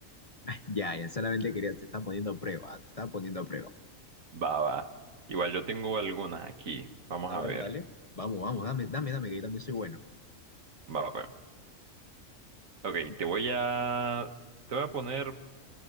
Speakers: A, on the left; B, on the right.
A: Ya, ya, solamente quería, te estaba poniendo a prueba, te estaba poniendo a prueba.
B: Va, va. Igual yo tengo algunas aquí. Vamos
A: A
B: a
A: ver,
B: ver.
A: dale. Vamos, vamos, dame, dame, dame, que yo también soy bueno.
B: Va, pues. Ok,
A: <laughs>
B: te voy a... Te voy a poner,